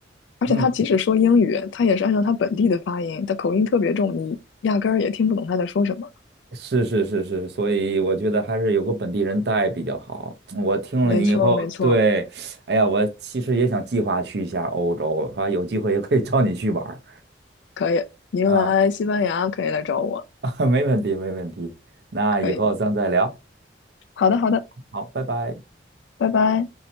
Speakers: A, on the left; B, on the right.
A: 而且他即使说英语，
B: 嗯。
A: 他也是按照他本地的发音，他口音特别重，你压根儿也听不懂他在说什么。
B: 是是是是，所以我觉得还是有个本地人带比较好。我听了你以后，
A: 没错，没错。
B: 对，哎呀，我其实也想计划去一下欧洲，还有机会也可以找你去玩儿
A: 可以，您来西班牙可以来找我，
B: 啊，<laughs> 没问题没问题。那以后咱再聊，
A: 可以。好的，好的，
B: 好，拜拜。
A: 拜拜。